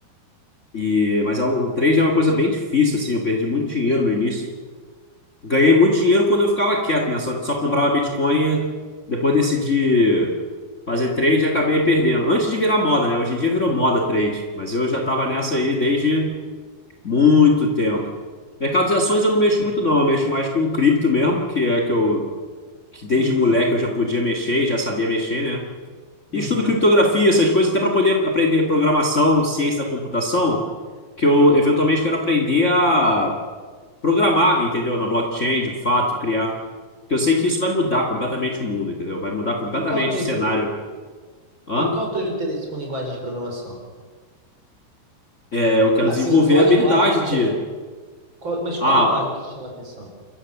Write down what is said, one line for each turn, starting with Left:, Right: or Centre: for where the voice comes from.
Left: E mas é um- o trade é uma coisa bem difícil, assim. Eu perdi muito dinheiro no início. Ganhei muito dinheiro quando eu ficava quieto, né? Só, só comprava Bitcoin. Depois decidi fazer trade e acabei perdendo. Antes de virar moda, né? Hoje em dia virou moda trade, mas eu já estava nessa aí desde Muito tempo. Mercado de ações eu não mexo muito, não. Eu mexo mais com cripto mesmo, que é que eu que desde
Right: Uhum,
Left: moleque eu já podia mexer, e já sabia mexer, né?
Right: uhum.
Left: E estudo criptografia, essas coisas, até para poder aprender programação, ciência da computação, que eu eventualmente quero aprender a programar, entendeu? Na blockchain, de fato, criar. Porque eu sei que isso vai mudar completamente o mundo, entendeu? Vai mudar completamente
Right: E qual é o teu
Left: o cenário.
Right: interesse?
Left: Hã?
Right: E qual o teu interesse com linguagem de programação?
Left: É, eu quero
Right: Assim,
Left: desenvolver
Right: qual
Left: a
Right: a
Left: habilidade
Right: linguagem que te
Left: de.
Right: chama? qual- mas
Left: Ah,
Right: qual a linguagem que te chama a atenção?